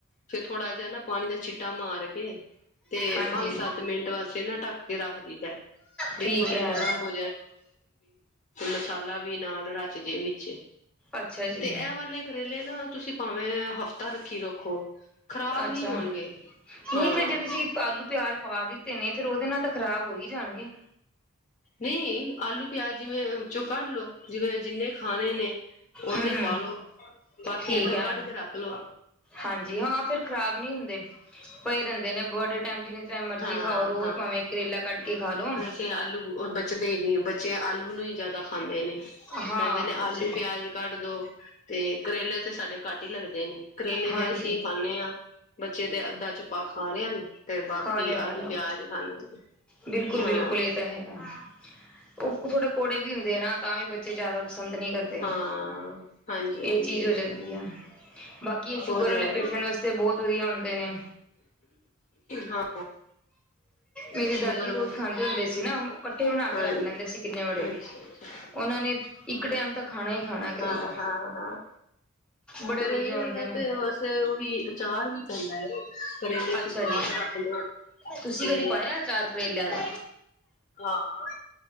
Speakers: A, on the left; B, in the centre.
A: ਫਿਰ ਥੋੜਾ ਜਹਾ ਨਾ ਪਾਣੀ ਦਾ ਛੀ ਟਾ ਮਾਰ ਕੇ ਤੇ
B: ਹਾਂਜੀ
A: ਪੰਜ ਸੱਤ ਮਿੰਟ ਵਾਸਤੇ ਨਾ ਢੱਕ ਕੇ ਰੱਖਦੀ ਦ ਵੀ
B: ਠੀਕ
A: ਥੋੜੇ
B: ਹੈ।
A: ਨਰਮ ਹੋ ਮਸਾਲਾ ਵੀ ਨਾਲ ਰਚ ਜੇ ਵਿੱਚ
B: ਅੱਛਾ ਜੀ
A: ਤੇ ਇਹ ਵਾਲੇ ਕਰੇਲੇ ਨਾ ਤੁਸੀਂ ਭਾਵੇਂ ਹਫ਼ਤ ਰੱਖੀ ਰੱਖੋ ਖ਼ਰਾਬ
B: ਅੱਛਾ
A: ਨੀ ਹੋਣਗੇ ਹਾਂ।
B: ਨਹੀਂ ਫਿਰ ਜੇ ਤੁਸੀਂ ਆਲੂ ਪਿਆਜ਼ ਪਾ ਦਿੱਤੇ ਨੇ ਫੇਰ ਉਹਦੇ ਨਾਲ ਤਾਂ ਖ਼ਰਾਬ ਹੋ ਹੀ ਜਾਣਗੇ
A: ਨਹੀਂ ਆਲੂ ਪਿਆਜ ਜਿਵੇਂ ਵਿੱਚੋਂ ਕੱਢ ਲੋਓ ਜਿਵੇਂ ਜਿੰਨੇ ਖਾਣੇ ਨੇ ਉਹਨੇ
B: ਹੂੰ ਹੂੰ
A: ਪਾਲੋ ਬਾਕੀ
B: ਠੀਕ
A: ਇਨਾ
B: ਹੈ
A: ਕੱਢ ਕੇ ਰੱਖ ਲੋ
B: ਹਾਂਜੀ ਹਾਂ ਫੇਰ ਖ਼ਰਾਬ ਨੀ ਹੁੰਦੇ ਭਏ ਰਹਿੰਦੇ ਨੇ ਬਡੇ ਟਾਈਮ ਜਿੰਨੀ ਟਮ ਮਰਜੀ
A: ਹਾਂ
B: ਖਾਓ ਰੋਜ਼ ਭਾਵੇਂ ਕਰੇਲਾ ਕੱਢ ਕੇ ਖਾ ਲੋੋ
A: ਕਿ ਆਲੂ ਬਚਦੇ ਹੀ ਨਹੀਂ ਬੱਚੇ ਆਲੂ ਨੂੰ ਹੀ ਜ਼ਿਆਦਾ ਖਾਂਦੇ ਨੇ
B: ਹਾਂ
A: ਕਹਿੰਦੇ ਨੇ
B: ਬੱਚੇ
A: ਆਲੂ ਪਿਆਜ ਕੱਢ ਦੋ ਤੇ ਕਰੇਲੇ ਤੇ ਸਾਡੇ ਘੱਟ ਹੀ ਲੱਗਦੇ ਨੇ ਕਰੇਲੇ ਦੇ
B: ਹਾਂਜੀ
A: ਅਸੀਂ ਖਾਂਨੇ ਹਾਂ ਬੱਚੇ ਤੇ ਅੱਧਾ ਚਪਾ ਖਾ ਰੇ ਹਨ ਤੇ ਬਾਕੀ
B: ਖਲਿਆ ਖਲਿਆ
A: ਆਲੂ ਪਿਆਜ ਖਾਂਦੇ ਨੇ।
B: ਬਿਲਕੁਲ
A: ਹਾਂ
B: ਬਿਲਕੁਲ ਇਹ ਤਾਂ ਹੈੇਗਾ ਉਹ ਥੋੜੇ ਕੋੜੇ ਵੀ ਹੁੰਦੇ ਨਾ ਤਾਂ ਵੀ ਬੇ ਬੱਚੇ ਜ਼ਿਆਦਾ ਪਸੰਦ ਨਹੀਂ ਕਰਦੇ
A: ਹਾਂ ਹਾਂਜੀ
B: ਇਹ
A: ਹਾਂਜੀ
B: ਚੀਜ਼ ਹੋ ਜਾਂਦੀ ਆ ਬਾਕੀ ਇਹ
A: ਉਹ
B: ਸ਼ੂਗਰ
A: ਤੇ
B: ਵਾਲੇ
A: ਹੈ
B: ਪੇਸ਼ੈਂਟ ਵਾਸਤੇ ਬਹੁਤ ਵਧੀਆ ਹੁੰਦੇ ਨੇ
A: ਹਾਂ
B: ਮੇਰੀ
A: ਸ਼ੂਗਰ
B: ਦਾਦੀ ਰੋਜ਼
A: ਵ
B: ਖਾਂਦੇ ਹੁੰਦੇ ਸੀ ਨਾ ਇਕੱਠੇ ਬਣਾ
A: ਹਾਂਜੀ
B: ਕੇ ਰੱਖ ਲੈਂਦੇ ਸੀ ਕਿੰਨੇ ਵੜੇ
A: ਅੱਛਾ ਅੱਛਾ
B: ਉਹਨਾਂ ਨੇ ਇੱਕ ਟਾਈਮ ਤਾਂ ਖਾਣਾ ਹੀ ਖਾਣਾ ਕਰੇਲਾ
A: ਹਾਂ ਹਾਂ ਹਾਂ।
B: ਬੜੇ
A: ਕਰੇਲਿਆਂ
B: ਵਧੀਆ ਹੁੰਦੇ
A: ਦਾ
B: ਨੇ
A: ਤੇ ਵੈਸੇ ਉਹ ਵੀ ਅਚਾਰ ਵੀ ਪੈਂਦਾ ਹੈ ਕਰੇਲੇ
B: ਅੱਛਾ
A: ਸੁਕਾ
B: ਜੀ
A: ਕੇ ਰੱਖ ਲਓ
B: ਤੁਸੀਂ
A: ਤੇ
B: ਕਦੀ ਪਾਇਆ ਅਚਾਰ ਕਰੇਲਿਆਂ ਦਾ
A: ਹਾਂ